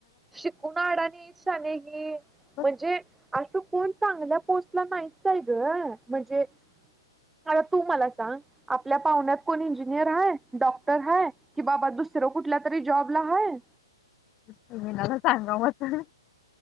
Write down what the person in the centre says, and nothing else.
शिकून आडाणी शाने ही,
म्हणजे असं कोण चांगल्या पोस्टला नाहीचाय ग. म्हणजे आता तू मला सांग आपल्या पाहुण्यात कोण इंजिनियर हाय, डॉक्टर हाय कि बाबा दुसरं कुठल्या तरी जॉबला हाय.